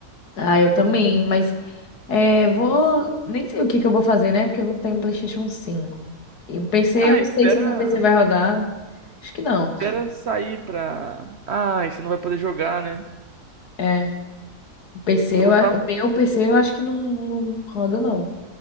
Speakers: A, on the left; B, on the right.
A: Ah, eu também, mas é, vou. Nem sei o que que eu vou fazer, né? Porque eu não tenho PlayStation 5 E o PC,
B: Ah,
A: eu não
B: espera.
A: sei se o meu PC vai rodar. Acho que não.
B: Espera sair pra. ah, você não vai poder jogar, né?
A: É, o PC,
B: Eu
A: eu
B: gostava.
A: a- o meu PC eu acho que não, não roda, não.